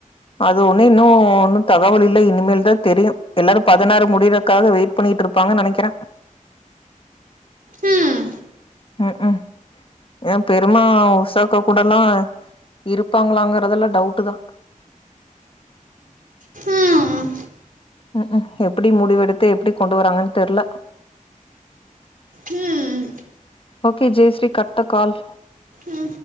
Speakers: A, on the left; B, on the right.
A: அ து ஒன்னூ இன்னூ ஒன்னூ தகவல் இல்ல இனிமேல் தா தெரியூ எல்லாரூ பதினாறு முடிக்றக்காக வெயிட் பண்ணிட்ருப்பாங்க நெனைக்கிறே
B: ம்
A: ம் ம் ஏ பெரிமா உஷாக்கா கூடல்லா இருப்பாங்ளாங்றதெல்லா டவுட்டு தான்
B: ம்
A: ம் ம் எப்டி முடிவெடுத்து எப்டி கொண்டு வராங்கன்னு தெர்ல
B: ம்
A: okay Jaishree cut the call
B: ம்